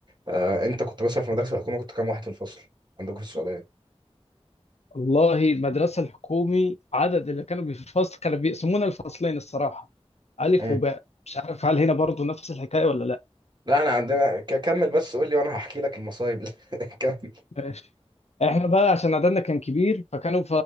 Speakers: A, on the right; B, on the left.
A: آه، انت كنت مثلا في مدرسه الحكومه كنت كام واحد في الفصل عندكم في السعوديه
B: والله المدرسة الحكومي عدد اللي كانوا بي- في الفصل كانوا بيقسمونا الفصلين الصراحة ألف
A: مم.
B: وباء مش عارف هل هنا برضو نفس الحكاية ولا لأ
A: لا احنا عندنا ك- كمل بس قول لي وانا هحكي لك المصايب اللي- <laughs> كمل
B: ماشي احنا بقى عشان عددنا كان كبير فكانوا